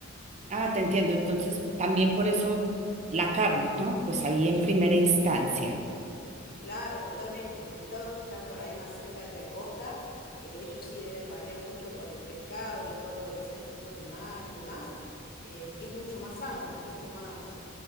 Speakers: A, on the right; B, on the left.
A: Ah, te entiendo. Entonces, pues, también por eso la carne, ¿no? Pues ahí en primera instancia.
B: Claro, totalmente. Los estados que están por ahí más cerca de la costa, eh, ellos sí deben variar mucho con el pescado y todo lo que sea frutos de mar y demás, eh, que es mucho más sano, mucho más,